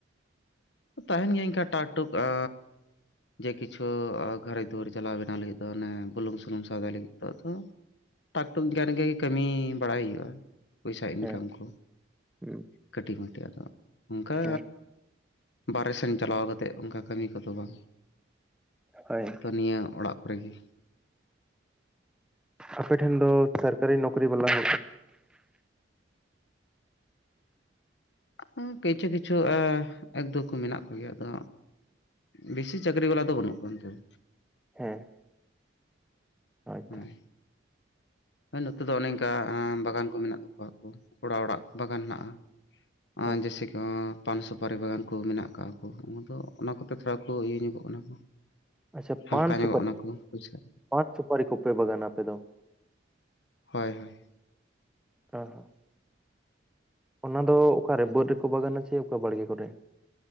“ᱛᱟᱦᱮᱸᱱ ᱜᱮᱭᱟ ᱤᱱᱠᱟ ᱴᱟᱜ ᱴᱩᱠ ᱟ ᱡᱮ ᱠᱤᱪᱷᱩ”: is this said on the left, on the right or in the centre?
Left